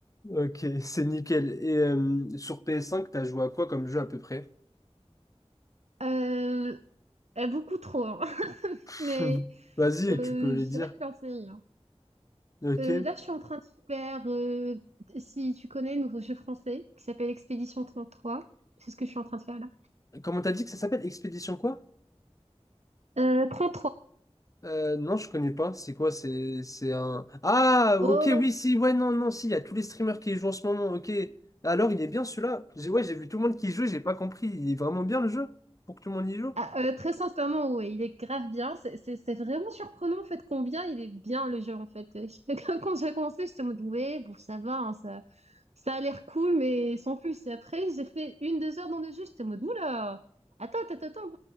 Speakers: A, on the left; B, on the right.
A: Ok, <laughs> c'est nickel. Et euh, sur PS5, t'as joué à quoi comme jeu à peu près?
B: Euh, euh, beaucoup trop, hein. <laughs>
A: <laughs>
B: Mais
A: Vas-y,
B: euh,
A: tu peux les
B: je
A: dire.
B: dirais plein de séries. hein.
A: Ok.
B: Euh, là, je suis en train de faire. euh, si tu connais le nouveau jeu français qui s'appelle Expédition 33, c'est ce que je suis en train de faire là.
A: Comment t'as dit que ça s'appelle? Expédition quoi?
B: Euh, trois
A: Euh, non, je connais pas. C'est quoi? C'est c'est un. Ah, ok,
B: Oh,
A: oui, si, ouais, non, non, si, il y a tous les streamers qui y jouent en ce moment, ok. Alors, il est bien celui-là. J'ai- Ouais, j'ai vu tout le monde qui y joue, j'ai pas compris. Il est vraiment bien le jeu? Pour que tout le monde y joue?
B: Ah, euh, très sincèrement, ouais, il est grave bien. C'est c'est- c'est vraiment surprenant en fait combien il est bien le jeu en fait. <laughs> Quand quand j'ai commencé, j'étais en mode ouais, bon ça va, hein, ça, ça a l'air cool, mais sans plus. Et après, j'ai fait une, deux heures dans le jeu, j'étais en mode oula, attends, attends, attends,